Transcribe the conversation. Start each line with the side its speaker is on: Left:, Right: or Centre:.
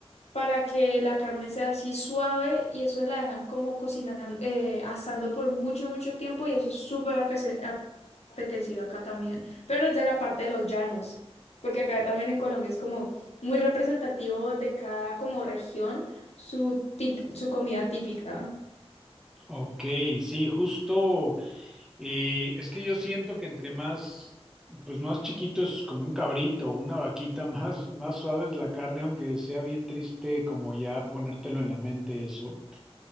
Left: para que la carne sea así suave y eso la dejan como cocinando, eh, asando por mucho, mucho tiempo y eso es súper apese- ap- apetecido acá también, pero es de la parte de los llanos, porque acá también en Colombia es como muy representativo de cada como región su, tip- su comida típica.
Centre: Ok, sí, justo, eh, es que yo siento que entre más, pues más chiquito es como un cabrito, una vaquita, <laughs> más, más suave es la carne, aunque sea bien triste como ya ponértelo en la mente eso.